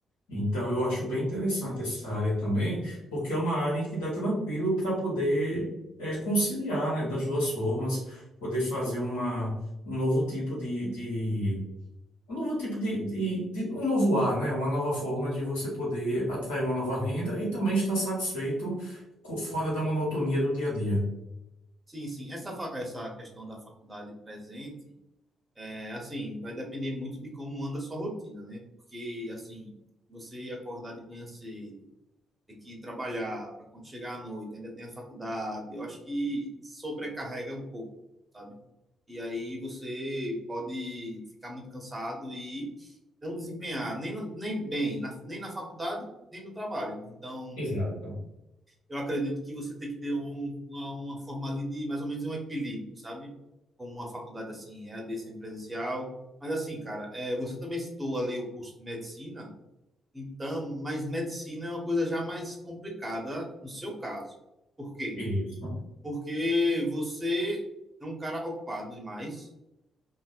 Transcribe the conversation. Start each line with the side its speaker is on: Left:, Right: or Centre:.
Left: Então, eu acho bem interessante essa área também, porque é uma área em que dá tranquilo para poder eh, conciliar, né, das duas formas, poder fazer uma, um novo tipo de, de um novo tipo de, de, de- um novo ar, né, uma nova forma de você poder atrair uma nova renda e também estar satisfeito co- fora da monotonia do dia a dia.
Right: Sim, sim, essa fa- essa questão da faculdade presente É, assim, vai depender muito de como anda a sua rotina, né? Porque, assim, você acordar de manhã cedo, ter que trabalhar para quando chegar à noite, ainda tem a faculdade, eu acho que sobrecarrega um pouco, sabe? E aí você pode ficar muito cansado e não desempenhar nem, na- nem bem, na- nem na faculdade, nem no trabalho. Então,
Left: Exato.
Right: eu acredito que você tem que ter um, uma, uma forma ali de mais ou menos um equilíbrio, sabe? Como uma faculdade assim, é EAD sem presencial. Mas assim, cara, é, você também citou ali o curso de medicina, então, mas medicina é uma coisa já mais complicada no seu caso. Por quê?
Left: Isso.
Right: Porque você é um cara ocupado demais,